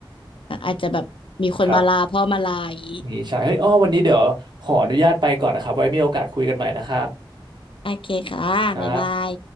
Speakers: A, on the left; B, on the right.
A: อะอาจจะแบบมีคนมาลาพ่อมาลาอย่างงี้
B: <laughs> ครับนี่ใช่เฮ้ยอ้อวันนี้เดี๋ยวขออนุญาตไปก่อนนะครับไว้มีโอกาสคุยกันใหม่นะครับ
A: โอเคค่ะบ๊ายบาย
B: ครับ